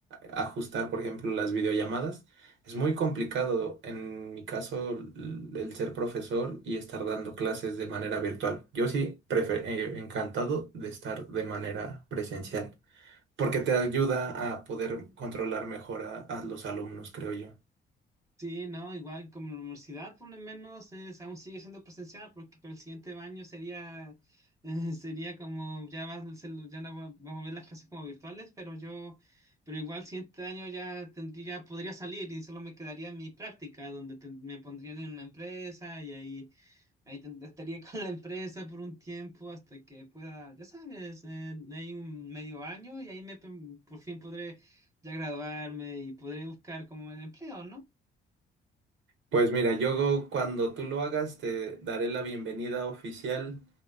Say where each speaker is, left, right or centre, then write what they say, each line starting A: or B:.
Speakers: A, on the right; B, on the right.
A: ajustar, por ejemplo, las videollamadas, es muy complicado en mi caso l- el ser profesor y estar dando clases de manera virtual. Yo sí, prefer eh, encantado de estar de manera presencial porque te ayuda a poder controlar mejor a, a los alumnos, creo yo.
B: Sí, no, igual como la universidad por lo menos es, aún sigue siendo presencial porque para el siguiente año sería, <laughs> eh, sería como ya, va a ser- ya no va- vamos a ver las clases como virtuales, pero yo, pero igual el siguiente año ya tendría, podría salir y solo me quedaría mi práctica donde te- me pondrían en una empresa y ahí, ahí ten- estaría <laughs> con la empresa por un tiempo hasta que pueda, ya sabes, eh, hay un medio año y ahí me, por fin podré ya graduarme y podré buscar como el empleo, ¿no?
A: Pues mira, yo cuando tú lo hagas te daré la bienvenida oficial